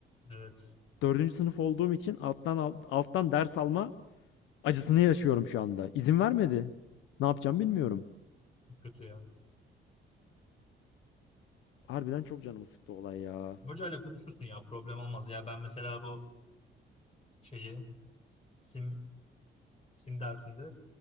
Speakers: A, on the left (about 30°); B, on the left (about 85°).
A: Evet.
B: Dördüncü sınıf olduğum için alttan al- alttan ders alma acısını yaşıyorum şu anda. İzin vermedi. Ne yapacağım bilmiyorum.
A: Çok kötü ya.
B: Harbiden çok canımı sıktı olay ya.
A: Hocayla konuşursun ya. Problem olmaz. Ya ben mesela bu şeyi sim sim dersinde